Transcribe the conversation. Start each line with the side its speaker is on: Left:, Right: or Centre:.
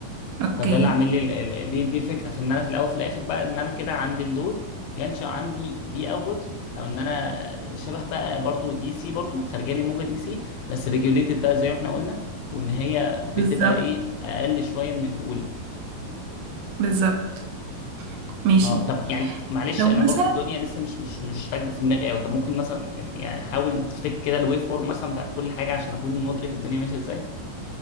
Right: اوكي
Left: فده اللي عامل لي ال- ال- دي دي الفكره في ان انا في الاول في الاخر بقى ان انا كده عندي اللود ينشا عندي في اوتبوت او ان انا شبه بقى برضو دي سي برضو خارجه لي موجه دي سي بس ريجوليتد بقى زي ما احنا قلنا وان هي بتبقى
Right: بالظبط
Left: ايه اقل شويه من الاولى
Right: بالظبط ماشي
Left: اه طب يعني معلش
Right: لو
Left: انا
Right: مثلا
Left: برضو الدنيا لسه مش مش مش راكبه في دماغي قوي طب ممكن مثلا يعني حاول تفتكر كده الويف فورم مثلا بتاعت كل حاجه عشان اكون مدرك الدنيا ماشيه ازاي